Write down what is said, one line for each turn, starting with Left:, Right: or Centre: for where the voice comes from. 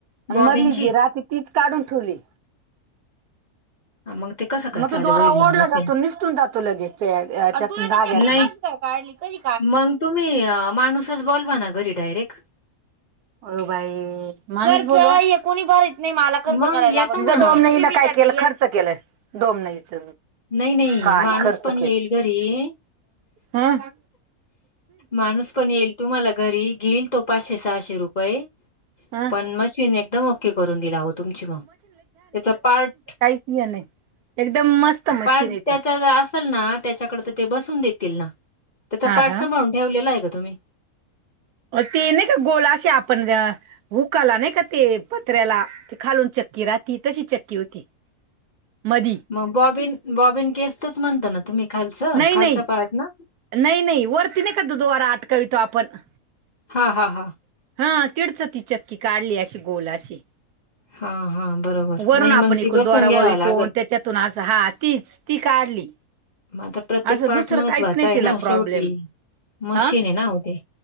Right: आणि
Left: बॉबीनची
Right: मधली जी राहते तीच काढून ठेवली.
Left: मग ते कसं काय
Right: मग तो
Left: चालू
Right: दोरा
Left: होईल
Right: ओढला
Left: मग मशीन.
Right: जातो निसटून जातो लगेच त्याच्यात धाग्यात
Left: नाही
Right: कधी
Left: मग तुम्ही माणूसच बोलवना घरी डायरेक्ट
Right: हो बाई मे कोणी बरं नाही मला खर्च
Left: मग
Right: करायला
Left: येता ना.
Right: लात डोम काय केलं खर्च केलं डोमनईच
Left: नाही नाही
Right: काय
Left: माणूस
Right: खर्च
Left: पण येईल
Right: केलं
Left: घरी
Right: हम्म
Left: माणूस पण येईल तुम्हाला घरी घेईल तो पाचशे सहाशे रुपये
Right: हम्म
Left: पण मशीन एकदम ओके करून देईल हो तुमची मग त्याच पार्ट
Right: ह नाही एकदम मस्त मशीन
Left: पार्ट
Right: आहे
Left: त्याचा
Right: ती
Left: असेल ना त्याच्याकडे तर ते बसून देतील ना त्याचा
Right: हा
Left: पार्ट
Right: का
Left: सांभाळून ठेवलेलं आहे का तुम्ही?
Right: ते नाही का गोलशी आपण हुकाला नाही का ते पत्र्याला ते खालून चक्की राहती तशी चक्की होती. मधी
Left: मग बॉबीन बॉबीन केसच म्हणता ना तुम्ही खालचं
Right: नाही
Left: खालचा
Right: नाही
Left: पार्ट ना
Right: नाही नाही वरती नाही का तो दोरा अटकावितो आपण
Left: हा हा हा
Right: हा तिचं ती चक्की काढली अशी गोल अशी
Left: हा हा बरोबर
Right: वरून
Left: नाही
Right: आपण
Left: मग
Right: एकूण
Left: ती बसून
Right: दोरा
Left: घ्यावा
Right: ववितो
Left: लागलं
Right: आणि त्याच्यातून असं हा तीच ती काढली
Left: आता प्रत्येक
Right: असं
Left: पार्ट
Right: दुसरं
Left: महत्त्वाचा
Right: काहीच नाही
Left: आहे
Right: तिला
Left: ना शेवटी
Right: प्रॉब्लेम
Left: मशीन
Right: हा
Left: आहे ना आहो ते